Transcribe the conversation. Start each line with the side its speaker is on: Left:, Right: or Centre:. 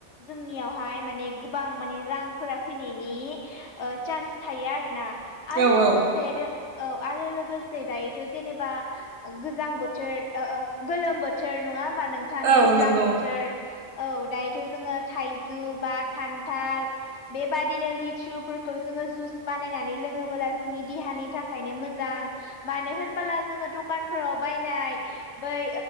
Left: जोंनियाव हाय माने गोबां माने रांफोरा फैनायनि चान्स थायो आरोना आरो
Right: औ औ
Left: लोगोसे रो औ आरो लोगोसे दायोथ' जेनेबा गोजां बोथोर। गोलोम बोथोर नङा होमबा नोंथां
Right: औ
Left: दैज्लां
Right: नंगौ
Left: बोथोर औ दायोथ' जोङो थाइजौ बा खान्थाल बेबाददिनो लिथुफोरखौ जोङो जुस बानायनानै लों लोङोबोला जोंनि देहानि थाखायनो मोजां मानो होनबोला जोङो दखानफोराव बायनाय। बै